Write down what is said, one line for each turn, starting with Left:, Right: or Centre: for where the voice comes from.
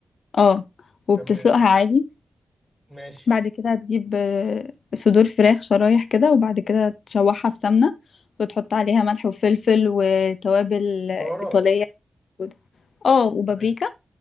Left: اه وبتسلقها
Centre: تمام
Left: عادي
Centre: ماشي
Left: بعد كده هتجيب آه، صدور فراخ شرايح كده وبعد كده تشوحها في سمنة وتحط عليها ملح وفلفل وتوابل
Centre: بهارات
Left: إيطالية موجودة. اه وبابريكا
Centre: تمام